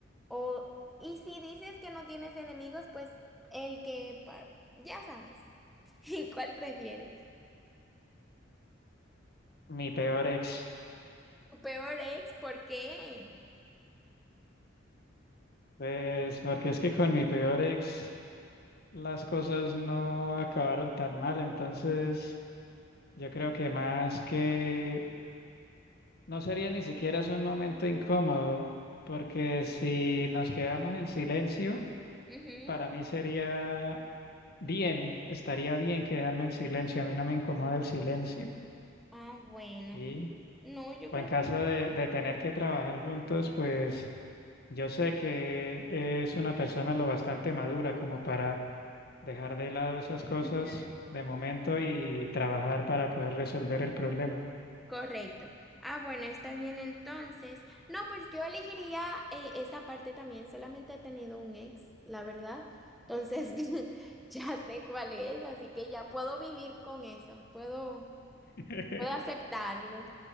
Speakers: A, in the centre; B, on the left (about 55°).
A: O, y si dices que no tienes enemigos, pues el que, pa- ya sabes, <laughs> ¿cuál prefieres?
B: Mi peor ex.
A: ¿Tu peor ex? ¿Por qué?
B: Pues porque es que con mi peor ex las cosas no acabaron tan mal, entonces yo creo que más que no sería ni siquiera es un momento incómodo, porque si nos quedamos en silencio,
A: Ujú.
B: para mí sería bien, estaría bien quedarme en silencio, a mí no me incomoda el silencio,
A: Ah, bueno.
B: ¿sí?
A: No, yo
B: O
A: creo
B: en caso
A: que...
B: de, de tener que trabajar juntos, pues yo sé que es una persona lo bastante madura como para dejar de lado esas cosas
A: Ujú.
B: de momento y trabajar para poder resolver el problema.
A: Correcto. Ah, bueno, está bien entonces. No, pues yo elegiría eh, esa parte también. Solamente he tenido un ex, la verdad. Entonces, <laughs> ya sé cuál es, así que ya puedo vivir con eso. Puedo,
B: <laughs>
A: puedo aceptarlo.